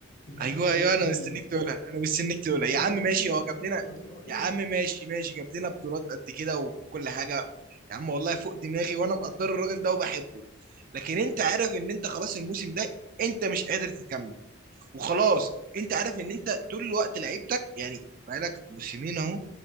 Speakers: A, on the left; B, on the right.
A: النكره
B: ايوه ايوه
A: للجميل
B: انا مستنيك تقولها انا مستنيك تقولها
A: انتوا
B: يا عم
A: ناكرين
B: ماشي
A: الجميل
B: هو جاب لنا
A: بطريقه ايه
B: يا
A: ده
B: عم ماشي ماشي جاب لنا بطولات قد كده وكل حاجه يا عم والله فوق دماغي وانا مقدر الراجل ده وبحبه لكن انت عارف ان انت خلاص الموسم ده انت مش قادر تكمل وخلاص انت عارف ان انت طول الوقت لعيبتك يعني بقالك موسمين اهو